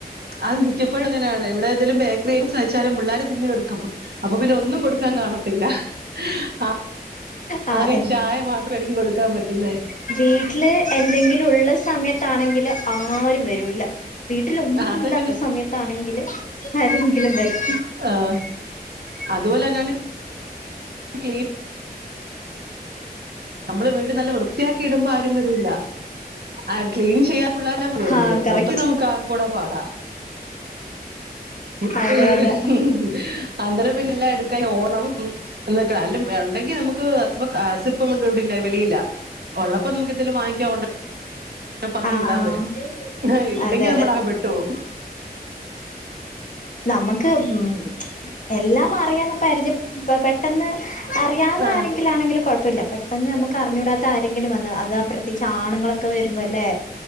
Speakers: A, on the right; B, on the left.
A: അഹ് മിക്കപ്പഴും അങ്ങനേണെ ഇവ്ടെന്തേലും ബേക്കറിയേം സായ്ച്ചാലും പുള്ളാര് തിന്ന് തീർക്കും ഉം അപ്പൊ പിന്നെ ഒന്നും കൊടുക്കാൻ കാണത്തില്ല ആഹ്
B: ആഹ്
A: ആകെ ചായ മാത്രായിരിക്കും കൊടുക്കാ പറ്റ്ന്നെ
B: ജീട്ടില് എന്തെങ്കിലും ഉള്ള സമയത്താണെങ്കില് ആരും വരൂല്ല വീട്ടിലൊന്നു
A: അതങ്ങനെ
B: ഇല്ലാത്ത സമയത്താണെങ്കില് ആരെങ്കിലും വരും
A: ആഹ് അതുപോലന്നാണ് ക്ലീ നമ്മള് വീട് നല്ല വൃത്തിയാക്കിടുമ്പോ ആരും വരൂല്ല ആഹ് ക്ലീൻ ചെയ്യാൻ പുള്ളാരെല്ലാം വരുന്നത്
B: ആഹ് കറക്റ്റ്
A: മൊത്തം നമുക്ക് ആകെക്കൂടെ പാടാ എ
B: അതെ
A: ഏഹ്
B: അതെ
A: അന്തരം പിന്നെല്ലാം എട്ക്കാൻ ഓട്ണം ഉം എന്തക്കാ അല്ല ഏഹ് ഇണ്ടെങ്കി നമ്മക്ക് ഹസ്ബക അസ പ്പമുണ്ട് ഇവിടില്ലാ വെളിയിലാ ഒള്ളപ്പോ നമ്മക്കന്തേലും വാങ്ങിക്കാ ഓഡ പറഞ്ഞു
B: ആഹ്
A: വിടാൻ
B: ആഹ്
A: പറ്റും ഏഹ് ഇല്ലെങ്കി
B: അതെ അതെ
A: നമ്മളാക പെട്ടു പോവും
B: നമ്മക്ക് ഉം എല്ലാം അറിയ്ണ പരിചയ പ്പ പെട്ടെന്ന് അറിയാവുന്നാരെ
A: ആഹ്
B: ത്തിലാണെങ്കില് കൊഴപ്പല്ല പെട്ടെന്ന് അമ്മക്ക് അറിഞ്ഞൂടാത്ത ആരെങ്കിലും വെന്ന് അത് ആഹ് പ്രത്യേയിച്ച് ആണ് ങ്ങളൊക്കെ വരുമ്പല്ലേ